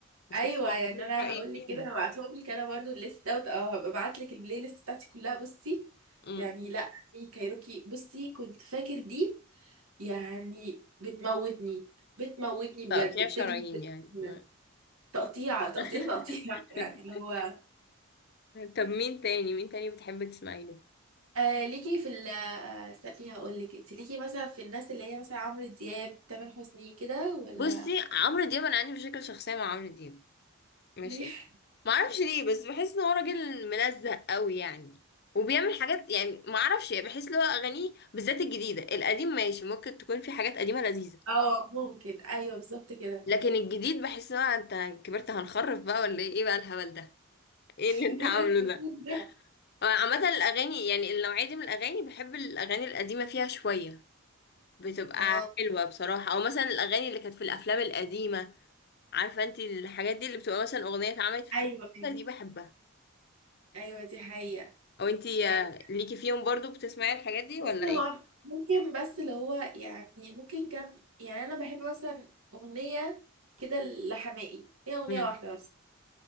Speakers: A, on the left; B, on the right.
A: هسمعهم
B: ايوه
A: واقول
B: يعني
A: لك
B: انا
A: رايي
B: هقول
A: فيهم
B: لك كده هبعتهم لك انا برضه الليست دوت اه هبقى ابعت لك البلاي ليست بتاعتي كلها بصي
A: امم
B: يعني لا في كايروكي بصي كنت فاكر دي يعني بتموتني بتموتني بجد
A: تقطيع
B: بتجلد
A: شرايين يعني
B: كده.
A: ما-
B: تقطيع تقطيع
A: <laughs>
B: تقطيع <laughs> يعني اللي هو
A: طب مين تاني مين تاني بتحب تسمعي له
B: آه ليكي في ال استني هقول لك انت ليكي مثلا في الناس اللي هي مثلا عمرو دياب تامر حسني كده ولا
A: بصي عمرو دياب انا عندي مشاكل شخصيه مع عمرو دياب ماشي
B: ليه <laughs>
A: معرفش ليه بس بحس ان هو راجل ملزق قوي يعني وبيعمل حاجات يعني معرفش يعني بحس ان هو اغانيه بالذات الجديده القديم ماشي ممكن تكون في حاجات قديمه لذيذه
B: اه ممكن ايوه بالظبط كده
A: لكن
B: <laughs>
A: الجديد بحس ان هو انت كبرت هنخرف بقى ولا ايه إيه بقى الهبل ده ايه اللي انت
B: ايه
A: عامله
B: اللي انت
A: ده
B: بتقول ده
A: هو عامه الاغاني يعني النوعيه دي من الاغاني بحب الاغاني القديمه فيها شويه بتبقى
B: اه
A: حلوه بصراحه او مثلا الاغاني اللي كانت في الافلام القديمه عارفه انت الحاجات دي اللي بتبقى مثلا اغنيه اتعملت في
B: ايوه ايوه
A: فيلم دي بحبها
B: أيوة، دي حقيقة
A: او انتي
B: يعني
A: آه، ليكي فيهم برضو بتسمعي الحاجات دي
B: بصي
A: ولا ايه
B: هو ممكن بس اللي هو يعني ممكن كم يعني انا بحب مثلا اغنية كده لحماقي هي اغنية
A: امم
B: واحدة بس